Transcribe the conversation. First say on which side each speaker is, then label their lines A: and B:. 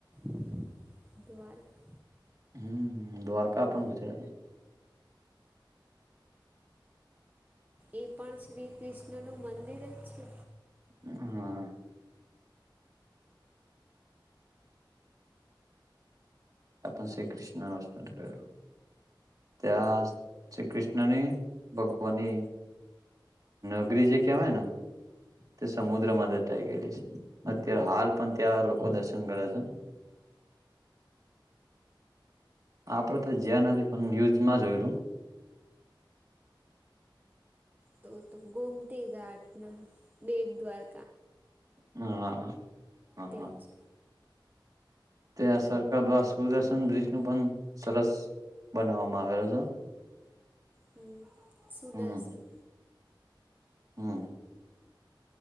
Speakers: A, on the right; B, on the right.
A: <unintelligible>
B: હ દ્વારકા પણ પણ ગુજરાતમાં
A: એ પણ શ્રી કૃષ્ણનું મંદિર જ છે.
B: હા. આપ શ્રી કૃષ્ણ નસ્ન કરેલો ત્યાં શ્રી કૃષ્ણને ભગવાનની નગરી જે કહેવાયને. તે સમુદ્રમાં
A: હમ
B: દટાઈ ગયેલી છે. અત્યારે હાલ પણ ત્યાં લોકો દર્શન કરે છે. આપણે તો જ્યાં નથી પણ ન્યૂઝમાં જોયલું.
A: તો તો ગોમતી ગાટ. ના બેટ દ્વાર.
B: હા હા
A: ત્યાં
B: હા.
A: જ
B: ત્યાં સરકાર દ્વારા સુદર્શન બ્રિજનું પણ સરસ બનાવવામાં આવેલ છે.
A: હમ સુદર્શન
B: હમ હમ.